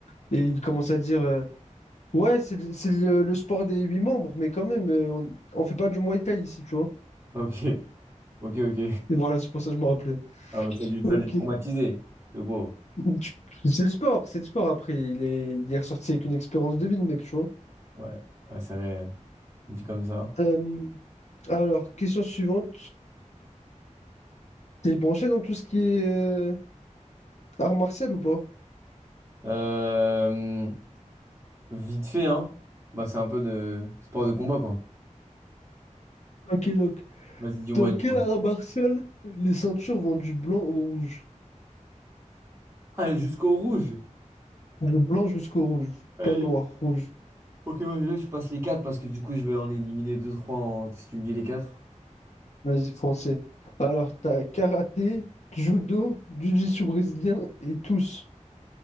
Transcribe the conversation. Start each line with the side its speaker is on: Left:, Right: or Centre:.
Left: et il commence à dire euh, Ouais, c'est le, c'est le- le sport des huit membres, mais quand même, euh, on, on fait pas du Muay Thai ici, tu vois.
Right: Ok, ok, ok.
Left: Et voilà, c'est pour ça que je me rappelais.
Right: Ah, bah, ça a dû, ça
Left: Ok.
Right: a dû le traumatiser, le beau.
Left: <laughs> Tu- C'est le sport, c'est le sport. Après, il est, il est ressorti avec une expérience de vie, le mec, tu vois.
Right: Ouais, ouais, c'est réel. Dit comme ça.
Left: Euh, alors, question suivante. T'es branché dans tout ce qui est euh, art martial ou pas?
Right: Euh, Vite fait, hein? Bah, c'est un peu de sport de combat, quoi.
Left: Ok, donc,
Right: Vas-y, dis-moi,
Left: dans quel
Right: dis-moi.
Left: art martial les ceintures vont du blanc au rouge?
Right: Allez, jusqu'au rouge.
Left: Du blanc jusqu'au rouge.
Right: Allez.
Left: Pas noir, rouge.
Right: Ok, moi, là, je passe les 4 parce que du coup, je vais en éliminer deux trois. en... si tu me dis les 4,
Left: Vas-y, foncé. Alors, t'as karaté, judo, jiu-jitsu brésilien et tous.